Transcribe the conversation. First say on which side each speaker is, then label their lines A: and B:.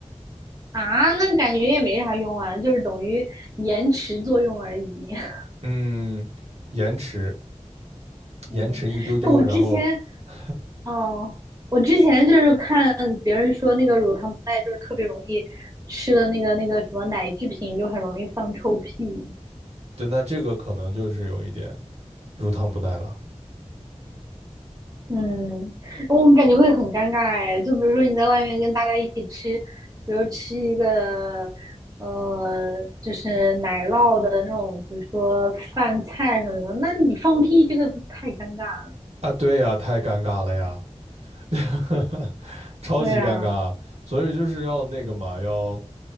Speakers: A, on the right; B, on the right.
A: 啊，那感觉也没啥用啊，就是等于延迟作用而已。<laughs>
B: 嗯，延迟延迟一丢丢，
A: 嗯，那我之前
B: 然后 <laughs>。
A: 哦，我之前就是看别人说那个乳糖不耐，就是特别容易吃的那个那个什么奶制品，就很容易放臭屁。
B: 对，那这个可能就是有一点乳糖不耐了
A: 嗯，哦我感觉会很尴尬哎。就比如说你在外面跟大家一起吃，比如吃一个呃，就是奶酪的那种，比如说饭菜什么的，那你放屁这个不太尴尬了？
B: 啊。对呀，太尴尬了呀，<laughs> 超级尴尬。
A: 对啊，
B: 所以就是要那个嘛，要